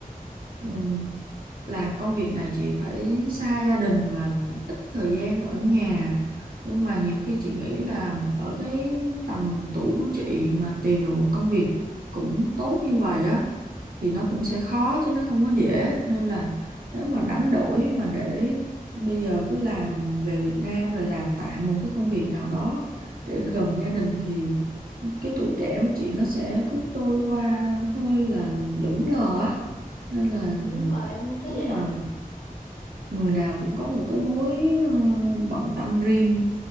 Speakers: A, on the right; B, on the left.
A: ừ, làm công việc này chị phải xa gia đình và ít thời gian ở nhà nhưng mà nhiều khi chị nghĩ là ở cái tầm tuổi của chị mà tìm được một công việc cũng tốt như vậy á thì nó cũng sẽ khó chứ nó không có dễ nên là nếu mà đánh đổi mà để bây giờ cứ làm về Việt Nam rồi làm tạm một cái công việc nào đó để gần gia đình thì cái tuổi trẻ của chị nó sẽ cứ trôi qua hơi là lững lờ á nên là
B: Ừ, đúng rồi em cũng thấy
A: Đúng
B: vậy
A: là người nào cũng có một cái mối ờ, bận tâm riêng